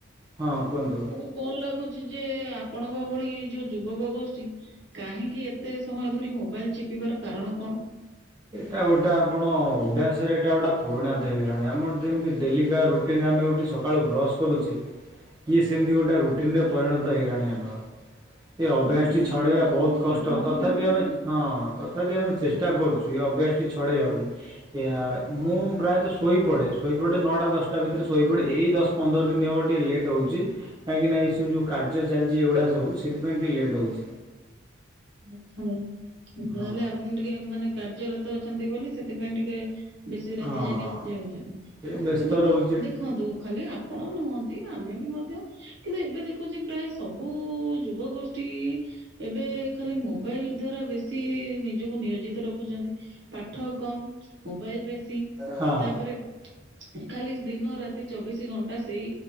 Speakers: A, on the right; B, on the right.
A: ହଁ କୁହନ୍ତୁ।
B: କଣ୍ ଲାଗୁଚି ଯେ ଆପଣଙ୍କ ଭଳି ଏ ଯୋଉ ଯୁବକ ଗୋଷ୍ଠୀ କାହିଁକି ଏତେ ସମୟ ଧରି ମୋବାଇଲ୍ ଚିପିବାର କାରଣ କଣ?
A: ଏଟା ଗୋଟା ଆପଣ ଅଭ୍ୟାସରେ ଏଟା ଗୋଟା ପରିଣତ ହେଇଗଲାଣି ଆମର ଯେମିତି ଡେଲି କା ରୁ ଟିନ୍ ଆମେ ଉଠି ସକାଳୁ ବ୍ରସ୍ କରୁଚି ଇଏ ସେମିତି ଗୋଟେ ରୁଟିନ୍ ରେ ପରିଣତ ହେଇଗଲାଣି ଆମର। ଏ ଅଭ୍ୟାସ୍
B: ଆପଣଙ୍କୁ
A: ଟି
B: ଲାଗୁନି
A: ଛଡେଇବା
B: ଏଇଟା
A: ବହୁତ
B: ଗୋଟେ
A: କଷ୍ଟ
B: ଖରାପ
A: ତଥାପି
B: ଅଭ୍ୟାସ
A: ଆମେ
B: ବୋଲି?
A: ହଁ ତଥାପି ଆମେ ଚେଷ୍ଟା କରୁଚୁ ଏ ଅଭ୍ୟାସଟି ଛଡ଼େଇବାକୁ ଏଆ ମୁଁ ପ୍ରାୟତ ସୁ ଶୋଇପଡ଼େ ଶୋଇପଡ଼େ ନଅଟା ଦଶଟା ଭିତରେ ଶୋଇପଡ଼େ ଏଇ ଦଶ୍ ପନ୍ଦର ଦିନ ହେବ ଟିକେ ଲେଟ୍ ହଉଚି। କାହିଁକି ନା ଏସବୁ ଯୋଉ କାର୍ଯ୍ୟ ଚାଲିଚି ଏଗୁଡା ସବୁ ସେଥିପାଇଁ ଟିକେ ଲେଟ୍ ହଉଚି।
B: ଆଚ୍ଛା ତାହେଲେ
A: ହଁ
B: ଆପଣ ଟିକେ ମାନେ କାର୍ଯ୍ୟରତ ଅଛନ୍ତି ବୋଲି ସେଥିପାଇଁ ଟିକେ ବେଶୀ ରାତି
A: ହଁ
B: ଯାଙ୍କେ ଚେଉଁଚନ୍ତି
A: ଏ ବ୍ୟସ୍ତ
B: କିନ୍ତୁ ମୁଁ
A: ରହୁଛି
B: ଦେଖନ୍ତୁ ଖାଲି ଆ ଆପଣ ନୁହନ୍ତି ଆମେ ବି ମଧ୍ୟ କିନ୍ତୁ ଏବେ ଦେଖ୍ ଖୁଚି ପ୍ରାୟ ସବୁ ଯୁବ ଗୋଷ୍ଠୀ ଏବେ ଖାଲି ମୋବାଇଲ୍ ଦ୍ଵାରା ବେଶୀ ନିଜକୁ ନିୟୋଜିତ ରଖୁଚନ୍ତି ପାଠ କମ୍ ମୋବାଇଲ୍ ବେଶୀ
A: ହଁ
B: ତାପରେ ଖାଲି ଦିନ ରାତି ଚବିଶି ଘଣ୍ଟା ସେଇ